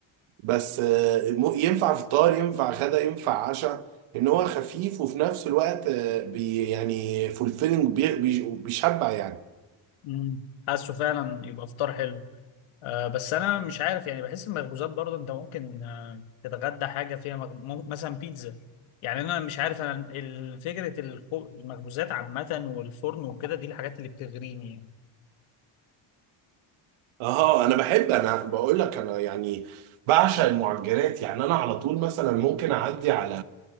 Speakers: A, on the right (about 85°); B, on the left (about 80°).
A: بس آه، مو- ينفع فطار ينفع غدا ينفع عشاء ان هو خفيف وفي نفس الوقت آه، بي يعني فولفيلنج بيشبع يعني
B: مم. حاسه فعلا يبقى فطار حلو آه، بس انا مش عارف يعني بحس المخبوزات برضه انت ممكن آه، تتغدى حاجه فيها مج... مم- مثلا بيتزا يعني انا مش عارف انا الم- ال- فكره الخو... المخبوزات عامه والفرن وكده دي الحاجات اللي بتغريني يعني
A: اه انا بحب انا بقول لك انا يعني بعشق المعجنات يعني انا على طول مثلا ممكن اعدي على